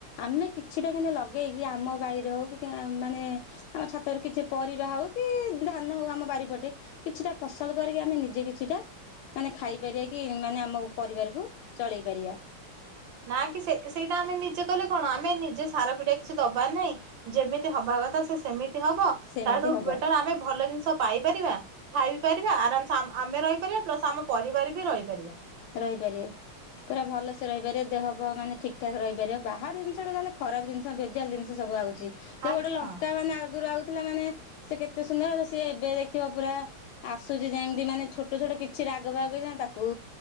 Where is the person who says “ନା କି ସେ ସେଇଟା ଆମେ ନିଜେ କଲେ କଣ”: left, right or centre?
Right